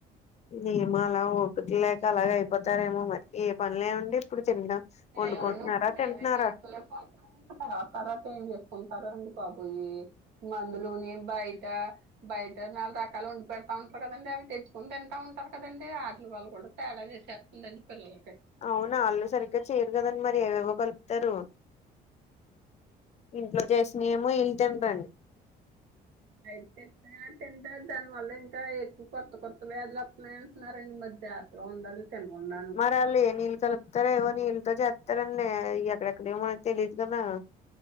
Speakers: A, on the left; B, on the right.
A: మమో అలా పికలేక అలాగ అయిపోతారేమో మరి ఏ పనిలేముండి ఇప్పుడు తినడం
B: <unintelligible>
A: వండుకుంటున్నారా తింటున్నారా
B: తర్వా తర్వాత ఏం చేసుకుంటారు అండి బబయి మందులోనే బయట బయట నాలుగు రకాల వండి పెడతా ఉంటారు కదండి అవి తెచ్చుకుని తింటా ఉంటారు కదండి ఆటలు వాళ్ళు కూడా తేడా చేశారు నందడి పిల్లలకే
A: అవునా వాళ్ళు సరిగ్గా చేయరు కదండి మరి ఏవేవ్వగలుపుతారు ఇంట్లో చేసిన ఏమో ఇల్లు తన రండి
B: అయిట్ ఇస్త తింట దాని వల్ల ఇంకా ఎక్కువ కొత్త కొత్తవి వ్యాధ వస్తున్నాయండి నారాణ మధ్య జతలో ఉండాలి తెలగు ఉండాలి
A: మరళు ఏ నీళ్లుతో కలుపుతారా ఏవో నీళ్ళతో చేస్తారండి ఎక్కడెక్కడ ఏమోన తెలీయదు కదా